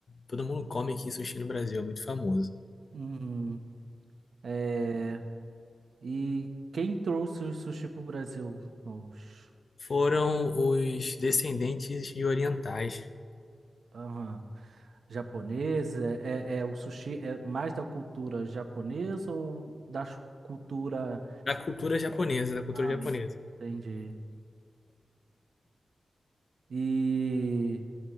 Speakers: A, on the left; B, on the right.
A: Todo mundo come aqui sushi no Brasil, é muito famoso.
B: Uhum. Eh, e quem trouxe o sushi pro Brasil? Os
A: Foram os descendentes de orientais
B: aham, japoneses? É, é, é o sushi é mais da cultura japonesa ou da cultura...
A: da cultura japonesa, da cultura
B: Ah,
A: japonesa.
B: entendi. E...